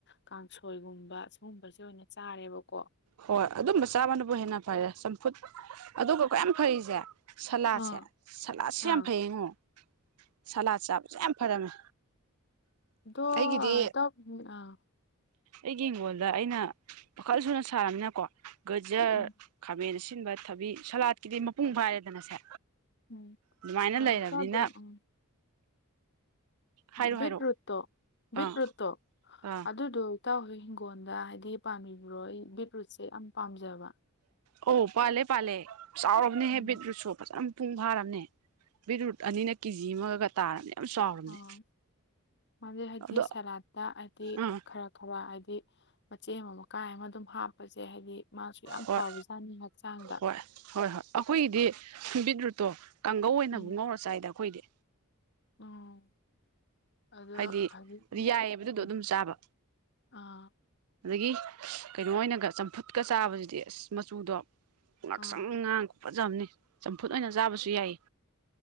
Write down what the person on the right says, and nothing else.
ꯍꯣꯏ ꯑꯗꯨꯝꯕ ꯆꯥꯕꯅꯕꯨ ꯍꯦꯟꯅ ꯐꯔꯦ ꯆꯝꯐꯨꯠ ꯑꯗꯨꯒ ꯀꯌꯥꯝ ꯐꯔꯤꯖꯦ ꯁꯂꯥꯥꯠꯁꯦ
ꯁꯂꯥꯥꯠꯁꯦ
ꯌꯥꯝ ꯐꯩ ꯌꯦꯉꯣ ꯁꯂꯥꯠ ꯆꯥꯕꯁꯦ ꯌꯥꯝ ꯐꯔꯝꯃꯦ
ꯑꯩꯒꯤꯗꯤ
ꯑꯩꯒꯤ ꯍꯪꯒꯣꯜꯗ ꯑꯩꯅ <unintelligible> ꯁꯥꯔꯕꯅꯤꯅꯀꯣ ꯒꯖꯔ
ꯈꯥꯃꯦꯟ ꯑꯁꯤꯟꯕ ꯊꯕꯤ ꯁꯂꯥꯠꯀꯤꯗꯤ ꯃꯄꯨꯡ ꯐꯥꯔꯦꯗꯅ ꯁꯦ
ꯑꯗꯨꯃꯥꯏꯅ
ꯂꯩꯔꯕꯅꯤꯅ
ꯍꯥꯏꯔꯣ
ꯍꯥꯏꯔꯣ
ꯑꯥ
ꯑꯥ
ꯑꯧ ꯄꯥꯜꯂꯦ ꯄꯥꯜꯂꯦ ꯆꯥꯎꯔꯕꯅꯦ
ꯍꯦ ꯕꯤꯠ ꯔꯨꯠꯁꯨ ꯐꯖꯅ ꯃꯄꯨꯡ ꯐꯥꯔꯕꯅꯦ ꯕꯤꯠꯔꯨꯠ ꯑꯅꯤꯅ ꯀꯦꯖꯤ ꯑꯃꯒ ꯇꯥꯔꯕꯅꯦ ꯌꯥꯝ ꯆꯥꯎꯔꯕꯅꯦ
ꯑꯗꯣ
ꯑꯥ
ꯍꯣꯏ
ꯍꯣꯏ ꯍꯣꯏ ꯍꯣꯏ ꯑꯩꯈꯣꯏꯒꯤꯗꯤ ꯕꯤꯠꯔꯨꯠꯇꯣ ꯀꯥꯡꯒꯧ ꯑꯣꯏꯅꯕꯨ
ꯉꯧꯔ ꯆꯥꯏꯗ ꯑꯩꯈꯣꯏꯗꯤ
ꯍꯥꯏꯗꯤ
ꯑꯗꯨ ꯌꯥꯏꯑꯕ ꯑꯗꯨꯗꯣ
ꯑꯗꯨꯝ ꯆꯥꯕ
ꯑꯗꯒꯤ ꯀꯩꯅꯣ ꯑꯣꯏꯅꯒ ꯆꯝꯐꯨꯠꯀ ꯆꯥꯕꯁꯤꯗꯤ ꯑꯁ ꯃꯆꯨꯗꯣ ꯉꯥꯛꯁꯪ
ꯉꯥꯡ ꯈꯨꯐꯖꯑꯃꯅꯤ ꯆꯝꯐꯨꯠ ꯑꯣꯏꯅ ꯆꯥꯕꯁꯨ ꯌꯥꯏꯌꯦ